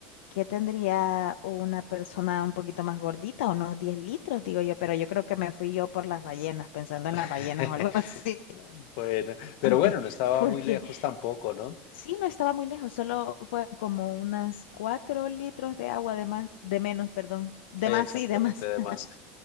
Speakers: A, on the left; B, on the left.
A: qué tendría una persona un poquito más gordita? Unos 10 litros, digo yo, pero yo creo que me fui yo por las ballenas, pensando en
B: <laughs>
A: las ballenas o algo así
B: Bueno, pero
A: <laughs> antes,
B: bueno, no estaba
A: porque
B: muy lejos tampoco, ¿no?
A: Sí, no estaba muy lejos, solo fue como unas cuatro litros de agua de más, de menos, perdón. De
B: Exactamente,
A: más, sí, de más.
B: además.
A: <laughs>